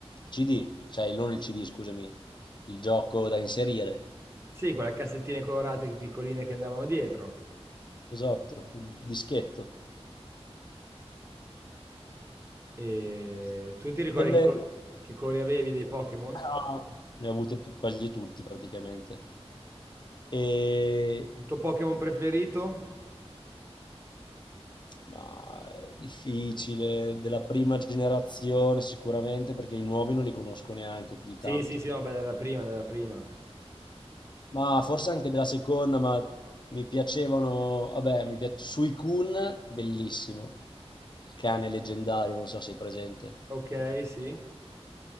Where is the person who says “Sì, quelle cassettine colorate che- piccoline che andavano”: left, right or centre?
Right